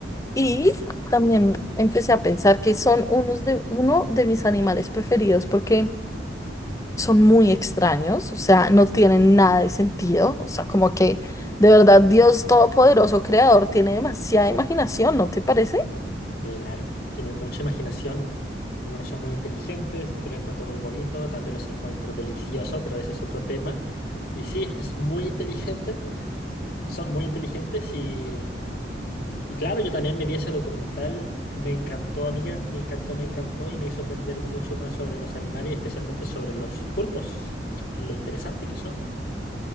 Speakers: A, on the left; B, on the left.
A: y también empecé a pensar que son unos de, uno de mis animales preferidos porque... son muy extraños, o sea, no tienen nada de sentido, o sea, como que de verdad Dios Todopoderoso Creador tiene demasiada imaginación, ¿no te parece?
B: Claro, tienen mucha imaginación. Por son muy inteligentes. Yo lo encuentro muy bonito. También los encuentro delicioso, pero ese es otro tema. Y sí, es muy inteligente. Son muy inteligentes y, y claro, yo también me vi ese documental. Me encantó, amiga. Me encantó, me encantó y me hizo aprender mucho más sobre los animales y especialmente sobre los pulpos. Lo interesante que son.